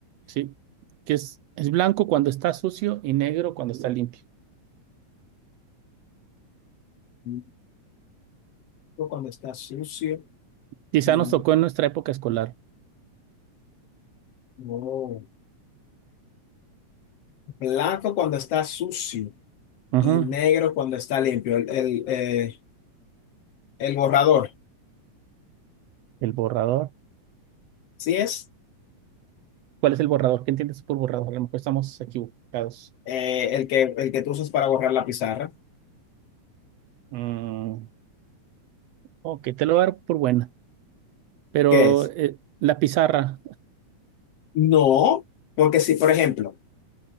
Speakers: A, on the right (about 75°); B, on the left (about 65°).
A: Sí. ¿Qué es, es blanco cuando está sucio y negro cuando está limpio?
B: Blanco cuando está sucio
A: Quizá
B: y
A: nos tocó en nuestra época escolar.
B: oh, blanco cuando está sucio
A: Ujú.
B: y negro cuando está limpio. El, el, eh, el borrador.
A: El borrador.
B: ¿Sí es?
A: ¿Cuál es el borrador? ¿Qué entiendes por borrador? A lo mejor estamos equivocados.
B: eh, el que, el que tú usas para borrar la pizarra,
A: Mm, ok, te lo voy a dar por buena. Pero
B: ¿qué es?
A: eh, la pizarra.
B: No, porque si, por ejemplo,